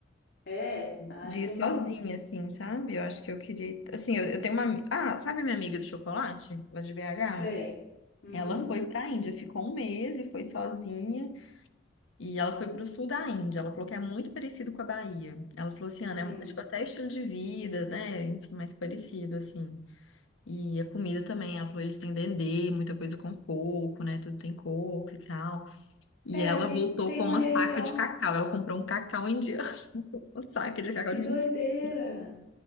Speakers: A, on the left; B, on the left.
A: É, ah,
B: De ir
A: tem
B: sozinha,
A: medo não.
B: assim, sabe? Eu acho que eu queria. ir- Assim, eu, eu tenho uma. ami- Ah, sabe a minha amiga do chocolate, lá de BH?
A: Sei. Uhum.
B: Ela foi para a Índia, ficou um mês e foi sozinha. E ela foi para o sul da Índia. Ela falou que é muito parecido com a Bahia. Ela falou assim, Ana,
A: Hum.
B: é tipo até estilo de vida, né? Enfim, mais parecido, assim. E a comida também, ela falou, eles têm dendê, muita coisa com coco, né? Tudo tem coco e tal. E
A: É,
B: ela
A: ali
B: voltou
A: tem
B: com
A: uma
B: uma
A: região.
B: saca de cacau. Ela comprou um cacau indiano, <laughs> uma saca de cacau
A: Que
B: de
A: doideira!
B: 25.